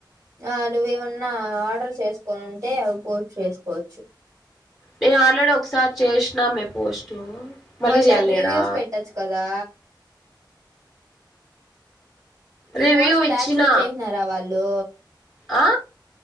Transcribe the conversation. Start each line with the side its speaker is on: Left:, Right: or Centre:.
Right: ఆ నువ్వేమన్నా ఆర్డర్ చేసుకోని ఉంటే అవి పోస్ట్ చేసుకోవచ్చు
Centre: నే ఆల్రెడీ ఒకసారి చేషినామే పోస్ట్ మళ్ళీ
Right: మళ్
Centre: చేయలేడా
Right: దాని రివ్యూస్ పెట్టొచ్చు కదా నీ
Centre: రివ్యూ
Right: పోస్ట్లు
Centre: ఇచ్చిన
Right: యాక్సెప్ట్ చేసినారా వాళ్ళూ
Centre: ఆ